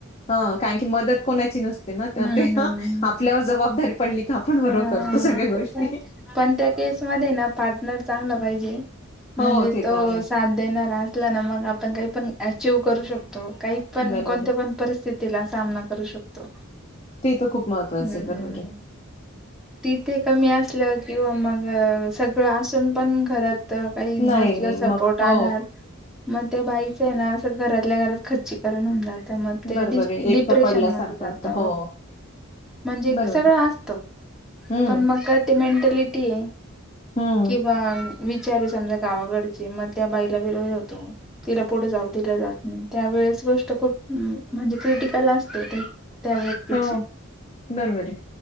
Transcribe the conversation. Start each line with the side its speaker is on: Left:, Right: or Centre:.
Left: हा कारण की मदत कोणाची नसते ना ते
Centre: हम्म हम्म
Left: आपल्यावर जबाबदारी पडली का आपण बरोबर
Centre: हा
Left: करतो सगळ्या
Centre: तेच
Left: गोष्टी
Centre: आहे पण त्या केसमध्ये ना पार्टनर चांगला पाहिजे म्हणजे
Left: हो ते
Centre: तो
Left: तर आहे
Centre: साथ देणारा असला ना मग आपण काही पण अचिव करू शकतो काही पण
Left: बरोबर
Centre: कोणत्या पण परिस्थितीला सामना करू शकतो.
Left: ते तर खूप महत्वाचं
Centre: हम्म
Left: आहे बरोबर आहे
Centre: तिथे कमी असलं किंवा मग सगळं असून पण घरात तर काही
Left: नाही
Centre: नसलं
Left: नाही मग
Centre: सपोर्ट
Left: हो
Centre: आधार मग त्या बाईचं आहे ना असं घरातल्या घरात खच्ची करून होतात तर मग ते
Left: बरोबर
Centre: डि
Left: आहे एकटं
Centre: डिप्रेशन
Left: पडल्यासारखं
Centre: मध्ये जात
Left: वाटतं हो
Centre: म्हणजे
Left: बरोबर
Centre: सगळं
Left: आहे.
Centre: असतं
Left: हम्म
Centre: पण मग ते मेंटॅलिटी आहे
Left: हम्म
Centre: किंवा विचारस समाझा गावाकडची मग त्या बाईला विरोध होतो तिला पुढं जाऊ दिलं जात नाही त्यावेळेस गोष्ट खूप म्हणजे क्रिटिकल असते ते त्यावरतीची
Left: हो बरोबर आहे.